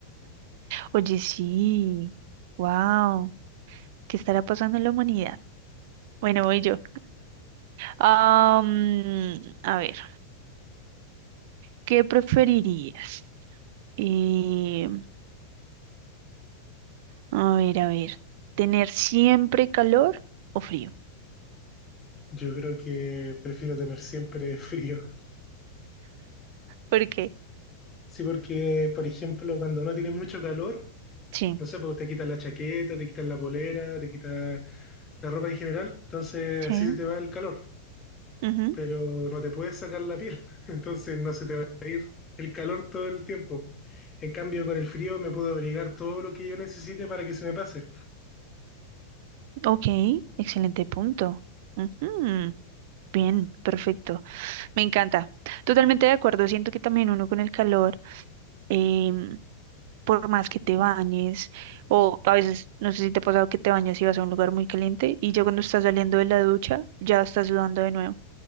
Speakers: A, on the right; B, on the left.
A: Oye, sí, wow, ¿qué estará pasando en la humanidad? Bueno, voy yo. Am, a ver, ¿qué preferirías? Eh, a ver, a ver, ¿tener siempre calor o frío?
B: Yo creo que prefiero tener siempre <laughs> frío.
A: Porque,
B: Sí, porque, por ejemplo, cuando no tiene mucho calor,
A: Sí,
B: no sé, pues te quitan la chaqueta, te quitan la polera, te quitan la ropa en general, entonces
A: sí.
B: así se te va el calor,
A: ujú.
B: pero no te puedes sacar la piel, <laughs> entonces no se te va el calor todo el tiempo. En cambio, con el frío me puedo abrigar todo lo que yo necesite para que se me pase.
A: Ok, excelente punto. Ujú, Bien, perfecto. Me encanta. Totalmente de acuerdo. Siento que también uno con el calor, em, por más que te bañes, o a veces, no sé si te ha pasado que te bañas y vas a un lugar muy caliente y ya cuando estás saliendo de la ducha, ya estás sudando de nuevo.